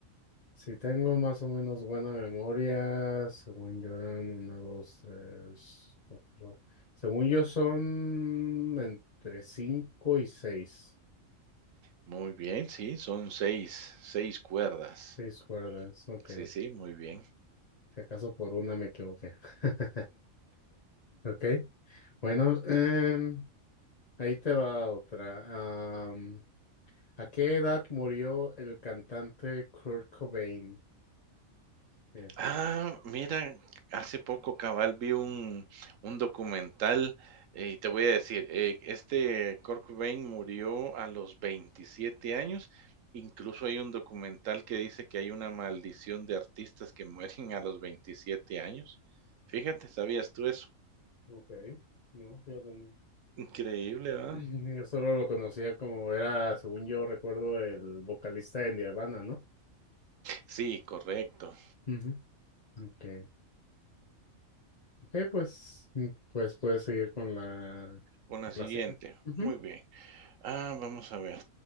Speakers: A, on the left; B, on the right.
A: Si tengo más o menos buena memoria, según yo eran una, dos, tres, cuatro. Según yo son entre cinco y seis.
B: Muy bien, sí, son 6, 6 cuerdas.
A: Seis cuerdas, ok.
B: Sí, sí, muy bien.
A: Si acaso por una me equivoqué. <laughs> Ok. Bueno, em, ahí te va otra. Am, ¿a qué edad murió el cantante Kurt Cobain? Eh,
B: Ah, mira, hace poco cabal vi un, un documental eh, y te voy a decir, eh, este Kurt Cobain murió a los 27 años. Incluso hay un documental que dice que hay una maldición de artistas que <laughs> mueren a los 27 años. Fíjate, ¿sabías tú eso?
A: Ok, no, yo también.
B: Increíble, ¿verdad?
A: <clears throat> Yo solo lo conocía como era, según yo recuerdo, el vocalista de Nirvana, ¿no?
B: Sí, correcto.
A: Ujú. Okay. Ok, pues, mm, pues puedes seguir con la,
B: Con la siguiente.
A: la siguiente. Ujú.
B: Muy bien. Ah, vamos a ver.